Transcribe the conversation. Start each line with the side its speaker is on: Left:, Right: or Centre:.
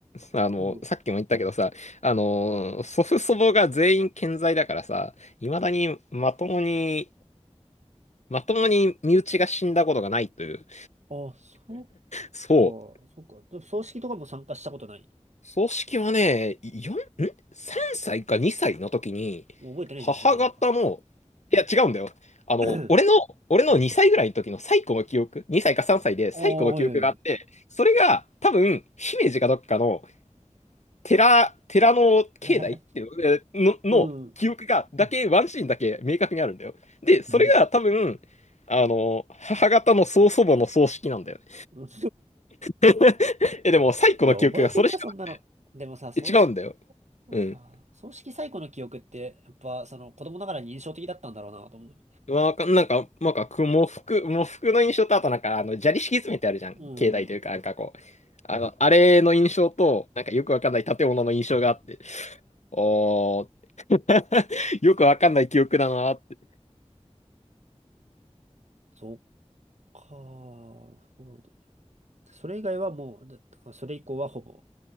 Left: あの、
Right: うん。
Left: さっきも言ったけどさ、あの、祖父祖母が全員健在だからさ、未だにまともに、まともに身内が死んだことがないという。
Right: あ、そっ
Left: そう。
Right: か、そっか。でも葬式とかも参加したことない。
Left: 葬式はね、4、ん ?3 歳か2歳の時に、
Right: もう覚えてないじゃん、
Left: 母方の、
Right: そんなの。
Left: いや違うんだよ。あの、
Right: <laughs>
Left: 俺の、俺の2歳ぐらいの時の最古の記憶、
Right: うん。
Left: 2歳か3歳で最古の記憶があって、
Right: ああ、はい。
Left: それが多分、姫路かどっかの寺、寺の境内っていうの、
Right: <laughs>
Left: の、
Right: うん。
Left: の記憶が、だけ、
Right: うん
Left: ワンシーンだけ明確にあるんだよ。で、
Right: <laughs>
Left: それが多分、あの、母方の曽祖母の葬式なんだよね。
Right: うん
Left: <laughs> え、でも、最古の記憶がそれしかなくて、
Right: いや、覚えてんだ、そんなの。でもさ、葬式、
Left: え違うんだよ。
Right: そうか。
Left: うん。
Right: 葬式最古の記憶って、やっぱ、その、子供ながらに印象的だったんだろうな、と思う。
Left: まあ、なんか、なんか、く喪服、喪服の印象と、あとなんか、あの、砂利敷き詰めてあるじゃん。
Right: うん。
Left: 境内というか、なんかこう、あの、あれの印象と、なんかよくわかんない建物の印象があって、おー、<laughs> よくわかんない記憶だなーって。
Right: そっか。そうだそれ以外はもう、だそれ以降はほぼ、